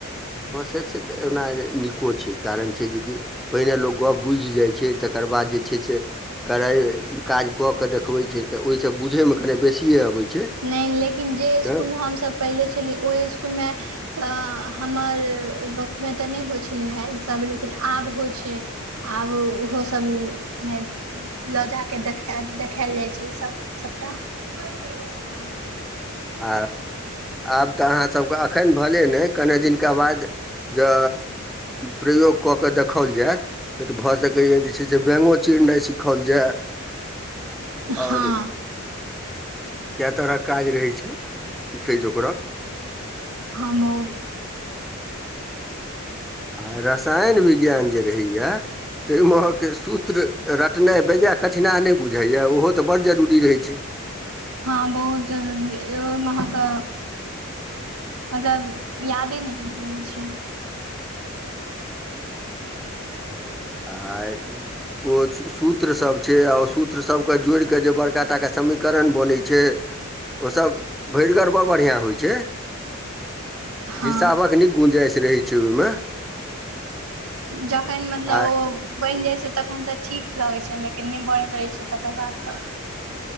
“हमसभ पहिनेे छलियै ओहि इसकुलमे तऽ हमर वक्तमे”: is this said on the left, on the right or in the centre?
Right